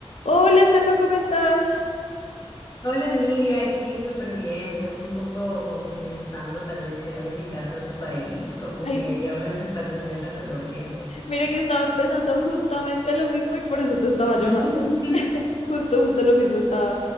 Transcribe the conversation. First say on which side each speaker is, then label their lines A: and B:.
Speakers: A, on the left; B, on the left.
A: Hola, Estefa, ¿cómo estás?
B: Hola Nidia, aquí súper bien, pues un poco como que pensando tal vez ir a visitarte a tu país, como
A: Ay,
B: que ya me hace falta un viaje a Colombia.
A: mire que estaba empezando justamente lo mismo y por eso te estaba llamando.
B: <laughs>
A: Justo, justo lo mismo estaba